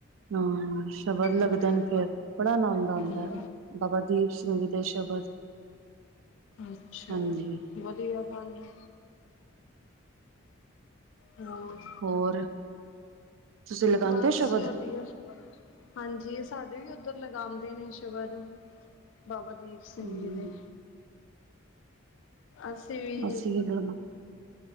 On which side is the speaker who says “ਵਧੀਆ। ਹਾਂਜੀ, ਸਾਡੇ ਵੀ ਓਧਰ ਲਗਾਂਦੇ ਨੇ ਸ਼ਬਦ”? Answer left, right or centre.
Left